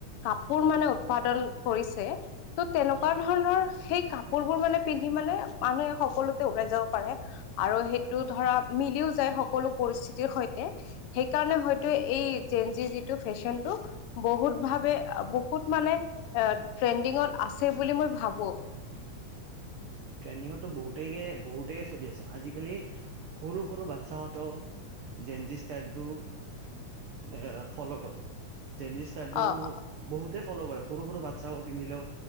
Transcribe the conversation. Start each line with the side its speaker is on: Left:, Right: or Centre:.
Left: কাপোৰ মানে উৎপাদন কৰিছে ত' তেনেকুৱা ধৰণৰ সেই। কাপোৰ বোৰ মানে পিন্ধি মানে মানুহে সকলোতে ওলাই যাব পাৰে আৰু সেইটো ধৰা। মিলিও যায় সকলো পৰিস্থিতিৰ সৈতে সেইকাৰণে হয়তো এই জেনজিৰ যিটো ফেশ্বনটো <unintelligible> <unintelligible> বহুত ভাৱে বহুত মানে এ ট্ৰেণ্ডিঙত আছে বুলি মই ভাবো।
Right: <inaudible> ট্ৰেইডিঙো বহুতেই-বহুতেই চলি আছে আজিকালি সৰু-সৰু বাচ্ছাহঁতেও <unintelligible> জেঞ্জি ষ্টাইলটো এ ফলো কৰে। জেঞ্জি ষ্টাইলটো
Left: অ অ
Right: বহুত। তাতেই ফ'ল' কৰে সৰু-সৰু বাচ্ছাও পিন্ধিলেও